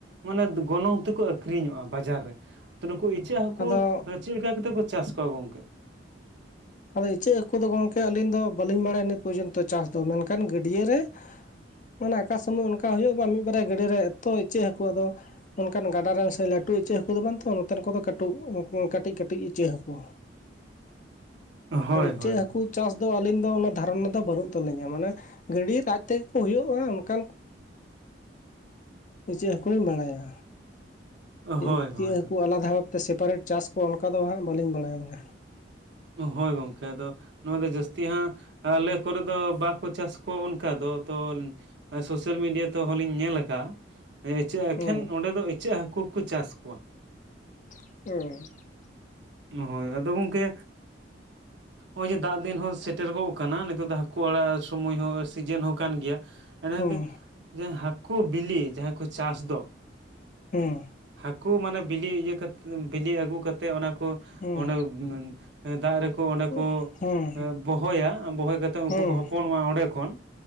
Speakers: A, on the right (about 70°); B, on the left (about 45°).
A: ᱢᱟᱱᱮ ᱜᱚᱱᱚᱝ ᱛᱮᱠᱚ ᱟᱹᱠᱷᱨᱤᱧᱚᱜᱼᱟ ᱵᱟᱡᱟᱨ ᱨᱮ ᱛᱚ ᱱᱩᱠᱩ ᱤᱪᱟᱹᱜ ᱦᱟᱹᱠᱩ
B: ᱟᱫᱚ
A: ᱪᱮᱫ ᱞᱮᱠᱟ ᱠᱟᱛᱮᱜ ᱠᱚ ᱪᱟᱥ ᱠᱚᱣᱟ ᱜᱚᱝᱠᱮ
B: ᱟᱫᱚ ᱤᱪᱟᱹᱜ ᱦᱟᱹᱠᱩ ᱫᱚ ᱜᱚᱢᱠᱮ ᱟᱹᱞᱤᱧ ᱫᱚ ᱵᱟᱹᱞᱤᱧ ᱵᱟᱰᱟᱭᱟ ᱱᱤᱛ ᱯᱚᱨᱡᱚᱱᱛᱚ ᱪᱟᱥ ᱫᱚ ᱢᱮᱱᱠᱷᱟᱱ ᱜᱟᱹᱰᱤᱭᱟᱹ ᱨᱮ ᱢᱟᱱᱮ ᱚᱠᱟ ᱥᱚᱢᱚᱭ ᱚᱱᱠᱟ ᱦᱩᱭᱩᱜᱼᱟ ᱵᱟᱝ ᱢᱤᱫᱵᱟᱨᱭᱟ ᱜᱟᱹᱰᱤᱭᱟᱹ ᱨᱮ ᱮᱛᱚ ᱤᱪᱟᱹᱜ ᱦᱟᱹᱠᱩ ᱟᱫᱚ ᱚᱱᱠᱟᱱ ᱜᱟᱰᱟ ᱨᱮ ᱥᱫ ᱞᱟᱹᱴᱩ ᱤᱪᱟᱹᱜ ᱦᱟᱹᱠᱩ ᱫᱚ ᱵᱟᱝ ᱛᱚ ᱱᱚᱛᱮᱱ ᱠᱚᱫᱚ ᱠᱟᱹᱴᱩ ᱠᱟᱹᱴᱤᱡ ᱠᱟᱹᱴᱤᱡ ᱤᱪᱟᱹᱜ ᱦᱟᱹᱠᱩ
A: ᱦᱳᱭ
B: ᱟᱨ ᱤᱪᱟᱹᱜ
A: ᱦᱳᱭ ᱦᱳᱭ
B: ᱦᱟᱹᱠᱩ ᱪᱟᱥ ᱫᱚ ᱟᱹᱞᱤᱧ ᱫᱚ ᱚᱱᱟ ᱫᱷᱟᱨᱚᱱᱟ ᱫᱚ ᱵᱟᱹᱱᱩᱜ ᱛᱟᱹᱞᱤᱧᱟ ᱢᱟᱱᱮ ᱜᱟᱹᱰᱭᱟᱹ ᱨᱮ ᱟᱡ ᱛᱮᱜᱮ ᱠᱚ ᱦᱩᱭᱩᱜᱼᱟ ᱚᱱᱠᱟᱱ ᱠᱚ
A: <inaudible>
B: ᱤᱪᱟᱹᱜ ᱦᱟᱹᱠᱩᱧ ᱵᱟᱲᱟᱭᱟ
A: ᱦᱳᱭ
B: ᱤᱪᱟᱹᱜ
A: ᱦᱳᱭ
B: ᱦᱟᱹᱠᱩ
A: ᱦᱳᱭ
B: ᱟᱞᱟᱫᱟ ᱵᱷᱟᱵᱽᱛᱮ ᱥᱮᱯᱟᱨᱮᱴ ᱪᱟᱥ ᱠᱚ ᱚᱱᱠᱟ ᱫᱚ ᱦᱟᱸᱜ ᱵᱟᱹᱞᱤᱧ ᱵᱟᱲᱟᱭᱟ ᱢᱟᱱᱮ
A: ᱦᱳᱭ ᱜᱚᱝᱠᱮ ᱟᱫᱚ ᱱᱚᱣᱟ ᱫᱚ ᱡᱟᱹᱥᱛᱤ ᱦᱟᱸᱜ ᱟᱞᱮ ᱠᱚᱨᱮ ᱫᱚ ᱵᱟᱠᱚ ᱪᱟᱥ ᱠᱚᱣᱟ ᱚᱱᱠᱟ ᱫᱚ ᱛᱚᱱ ᱥᱚᱥᱟᱹᱞ ᱢᱤᱰᱤᱭᱟ ᱛᱮᱦᱚᱸ ᱞᱤᱧ ᱧᱮᱞ ᱟᱠᱟᱜᱼᱟ ᱦᱮᱸ ᱪᱮᱜ ᱮᱠᱷᱮᱱ
B: ᱦᱩᱸ
A: ᱚᱸᱰᱮ ᱫᱚ ᱤᱪᱟᱹᱜ ᱦᱟᱹᱠᱩ ᱠᱚ ᱪᱟᱥ ᱠᱚᱣᱟ
B: <unintelligible>
A: ᱦᱳᱭ ᱟᱫᱚ ᱜᱚᱢᱠᱮ ᱱᱚᱜᱼᱚᱭ ᱡᱮ ᱫᱟᱜ ᱫᱤᱱ ᱦᱚᱸ ᱥᱮᱴᱮᱨᱚᱜ ᱠᱟᱱᱟ ᱱᱤᱛᱚᱜ ᱫᱚ ᱦᱟᱹᱠᱩ ᱟᱲᱟᱜ ᱥᱚᱢᱚᱭ ᱦᱚᱸ ᱥᱤᱡᱮᱱ ᱦᱚᱸ ᱠᱟᱱ ᱜᱮᱭᱟ ᱚᱱᱮ
B: ᱦᱩᱸ
A: <unintelligible> ᱡᱮ ᱦᱟᱹᱠᱩ ᱵᱤᱞᱤ ᱡᱟᱦᱟᱸᱭ ᱠᱚ ᱪᱟᱥ ᱫᱚ
B: ᱦᱩᱸ
A: ᱦᱟᱹᱠᱩ ᱢᱟᱱᱮ ᱵᱤᱞᱤ ᱤᱭᱟᱹ ᱠᱟᱛᱮ ᱵᱤᱞᱤ ᱟᱹᱜᱩ ᱠᱟᱛᱮᱜ ᱚᱱᱟ ᱠᱚ
B: ᱦᱩᱸ
A: ᱚᱸᱰᱮ ᱮᱸ ᱫᱟᱜ ᱨᱮᱠᱚ ᱚᱸᱰᱮ
B: ᱦᱩᱸ
A: ᱠᱚ ᱵᱚᱦᱚᱭᱟ ᱵᱚᱦᱚᱭ ᱠᱟᱛᱮᱜ ᱩᱱᱠᱩ
B: ᱦᱩᱸ ᱦᱩᱸ
A: ᱠᱚ ᱦᱚᱯᱚᱱᱚᱜᱼᱟ ᱚᱸᱰᱮ ᱠᱷᱚᱱ